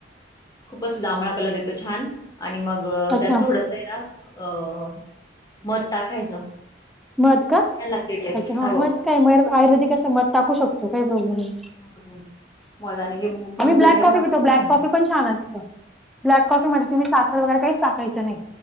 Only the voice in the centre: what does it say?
अच्छा
मध का
अच्छा हा
मध काय आयुर्वेदिक असं मध टाकू शकतो काही प्रॉब्लेम नाही.
आम्ही ब्लॅक
कॉफी
पितो
ब्लॅक
कॉफी पण छान असत. ब्लॅक कॉफी मध्ये तुम्ही साखर वगैरे काही काहीच नाही